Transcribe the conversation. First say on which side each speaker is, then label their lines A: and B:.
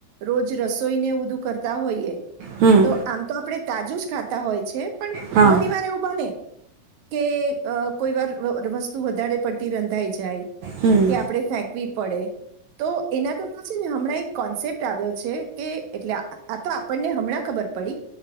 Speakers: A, on the right; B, on the right.
A: રોજ રસોઈને બધું કરતા હોઈએ.
B: હમ
A: તો આમ તો આપડે તાજુ જ ખાતા હોય છે. પણ
B: હા
A: ઘણી વાર એવું બને કે કોઈ વાર વસ્તુ વધારે પતી તિ રંધાઈ જાય
B: હમ
A: કે આપડણે ફેંકવી પડે તો એના કરતા છે ને હમણાં એક કોન્સેપ્ટ આવ્યો છે કે એટલે આ તો આપણને હમણાં ખબર પડી